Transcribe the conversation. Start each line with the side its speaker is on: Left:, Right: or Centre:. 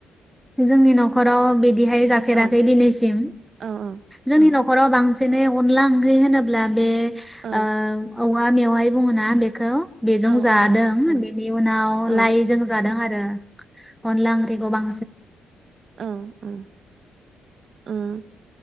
Centre: जोंनि न'खराव बिदिहाय जाफेराखै
Right: औ
Centre: दिनैसिम
Right: औ
Centre: जोंनि
Right: औ
Centre: न' खराव बांसिनै अनला ओंख्रि होनोब्ला बे
Right: औ
Centre: ओ औ वा मेववाइ बुङो ना बेखौ। बेजों
Right: औ
Centre: जादों
Right: औ औ
Centre: बेनि उनाव
Right: औ
Centre: लाइजों जादों आरो। अनला ओंख्रिखौ बां
Right: औ औ ओम।